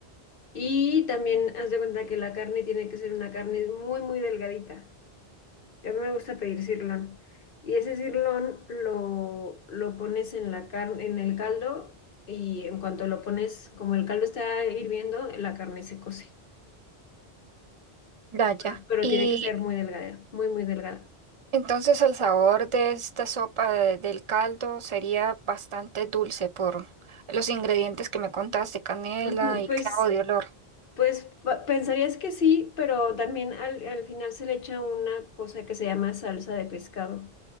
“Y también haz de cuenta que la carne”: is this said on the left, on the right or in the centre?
Left